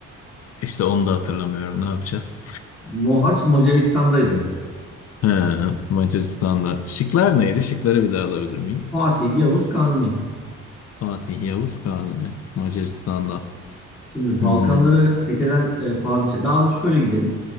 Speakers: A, on the left; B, in the centre.
A: İşte onu da hatırlamıyorum. Ne yapacağız? <laughs>
B: Mohaç Macaristan'daydı.
A: Ha, Macaristan'da. Şıklar neydi? Şıkları bir daha alabilir miyim?
B: Fatih, Yavuz, Kanuni.
A: Fatih Yavuz Kanuni. Macaristan'da.
B: Şimdi Balkanları
A: Hmm,
B: fetheden e, padişah. Daha doğrusu şöyle gidelim.